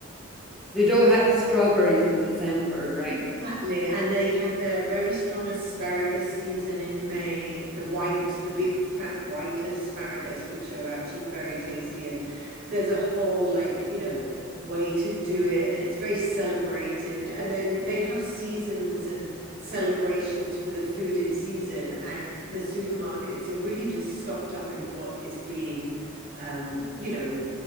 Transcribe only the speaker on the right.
Exactly. And they have their very strong asparagus season in May, the white, the big fat white asparagus, which are actually very tasty. And there's a whole, like, you know, way to do it. And it's very celebrated. And then they have seasons and celebrations for the food in season. And the supermarkets are really just stocked up in what is being, um, you know,